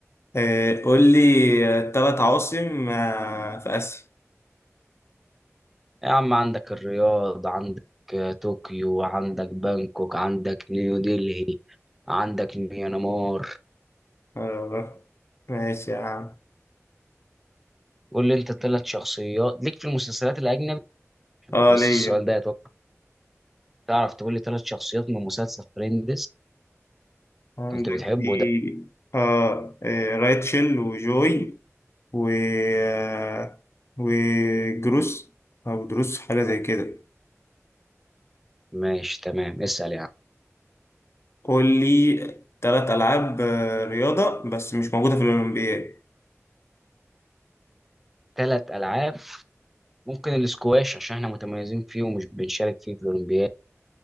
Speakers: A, on the left; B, in the centre.
A: إيه. قول لي آه، تلات عواصم آه، في آسيا
B: يا عم عندك الرياض عندك آه، طوكيو عندك بانكوك عندك نيو ديلي عندك ميانمار
A: آه، ماشي يا عم
B: قول لي انت ثلاث شخصيات ليك في المسلسلات الاجنبي
A: اه
B: بس
A: ليا
B: السؤال ده اتوقع تعرف تقول لي ثلاث شخصيات من مسلسل فريندز
A: عندك
B: كنت بتحبه
A: في
B: ده
A: آه آه، رايتشل وجوي و آه، وجروس أو دروس حاجة زي كده
B: ماشي تمام اسال يعني
A: قول لي تلات ألعاب آه، رياضة بس مش موجودة في الأولمبياد
B: ثلاث العاب ممكن الاسكواش عشان احنا متميزين فيه ومش بنشارك فيه في الاولمبياد